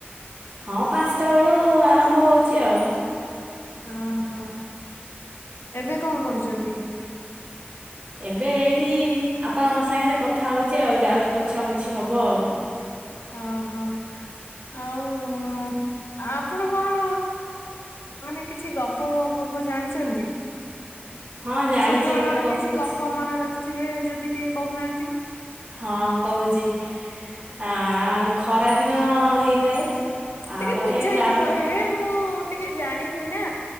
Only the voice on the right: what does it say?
ହଁ ପାନ୍ସଟା ବେଳୁ ଆରମ୍ଭ ହୋଉଛି ଆଉ।
ଏବେ ଏଇଠି ଆପଣଙ୍କ ସାଙ୍ଗେରେ କଥା ହୋଉଛି ଆଉ, ଯାଉଛି ପୋଛା ପୋଛି ହବ ଆଉ।
ହଁ ଜାଣିଛି
ଗୋଟେ କହୁଛି
ହଁ କହୁଛି ଆ- ଖରା ଦିନ ହେଇଥାଏ। ଆଉ
ଗୋଟେ
କାହୁ